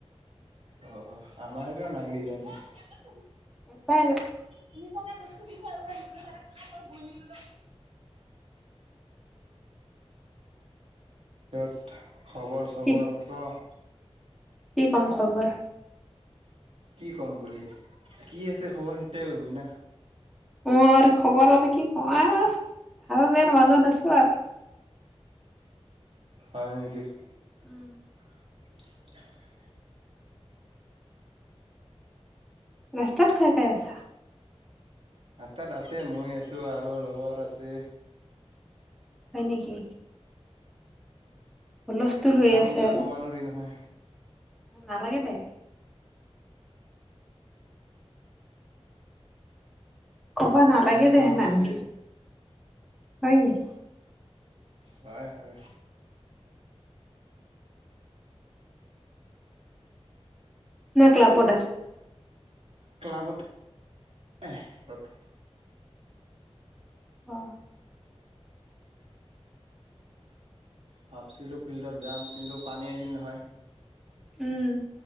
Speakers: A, on the right (about 65°); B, in the centre.
A: অ' <unintelligible>
B: <unintelligible>
A: তুমি চাগে বস্তু দিছা আৰু নিজে <unintelligible> <inaudible> খবৰ-চবৰ
B: কি
A: ক'?
B: কি কম খবৰ?
A: কি ক'ম বুলি কি আছে খবৰ সেইটোৱে কবি না?
B: অ' খবৰ আৰু কি <unintelligible> ভাল-বেয়া মাজত আছো আৰু।
A: হয় নেকি?
B: উম।
A: <inaudible>
B: ৰাস্তাত কাই কাই আছা?
A: ৰাস্তাত আছে মই আছো আৰু লগৰ আছে।
B: হয় নেকি? হুলস্থুল হৈ
A: নাম
B: আছে
A: গিলা
B: আৰু।
A: ক'ব নোৱাৰি নহয়
B: নালাগে দে! ক'বা নালাগে
A: ইমান
B: দে
A: মানুহ
B: হেনামগে!
A: আছে
B: হয় নেকি?
A: হয় হয়।
B: নে ক্লাপত আছে?
A: ক্লাবত <unintelligible>
B: অ
A: ভাবছিলো ফিল্ডত যাম, কিন্তু পানী আহিল নহয়।
B: উম